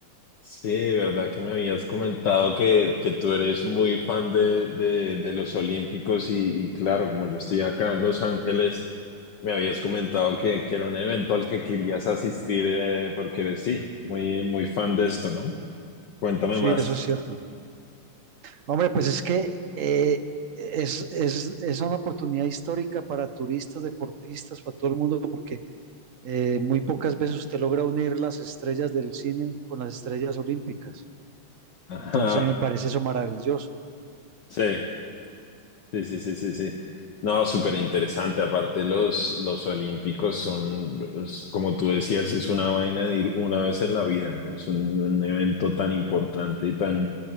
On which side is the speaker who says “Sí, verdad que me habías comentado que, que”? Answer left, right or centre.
Left